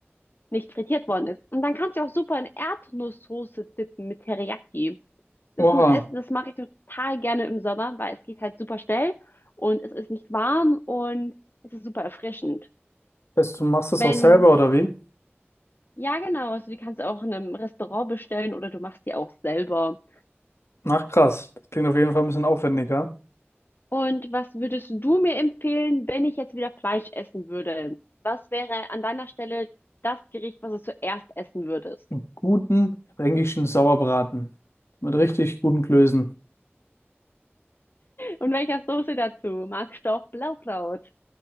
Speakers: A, on the left; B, on the left.
A: nicht frittiert worden ist. Und dann kannst du auch super in Erdnusssoße dippen mit Teriyaki. Das
B: Oha,
A: ist ein Essen, das mache ich total gerne im Sommer, weil es geht halt super schnell und es ist nicht warm und es ist super erfrischend.
B: weißt du, machst das
A: Wenn,
B: auch selber oder wie?
A: ja genau, also die kannst du auch in einem Restaurant bestellen oder du machst die auch selber.
B: Ach krass, das klingt auf jeden Fall ein bisschen aufwendiger.
A: Und was würdest du mir empfehlen, wenn ich jetzt wieder Fleisch essen würde? Was wäre an deiner Stelle das Gericht, was du zuerst essen würdest?
B: Einen guten fränkischen Sauerbraten mit richtig guten Klößen.
A: Und welcher Soße dazu? Magst du auch Blaukraut?